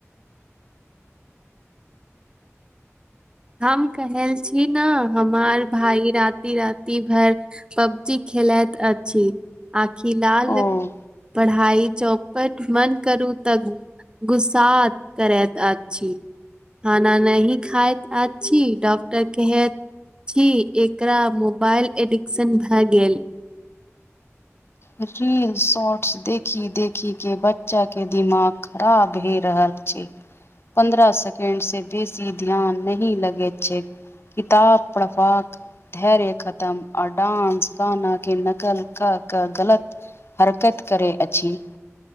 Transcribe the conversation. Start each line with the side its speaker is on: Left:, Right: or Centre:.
Right: हम कहेल छी ने हमार भाई राति राति भरि पबजी खेलैत अछि आखिलाल
Left: ओ
Right: पढ़ाई चौ पट बंद करू तऽ गुस्सा करैत अछि। खाना नहि खाइत अछी डॉक्टर कहेत छी एकरा मोबाइल एडिक्शन भए गेल।
Left: रील् शॉर्ट्स देखि देखिके बच्चाके दिमाग खराब भए रहल छैय पन्द्रह सेकंड से बेसी ध्यान नहि लगैत छैय। किताब पढ़बाक धैर्य खतम आ डांस गाना के नकल क गलत हरकत करय अछि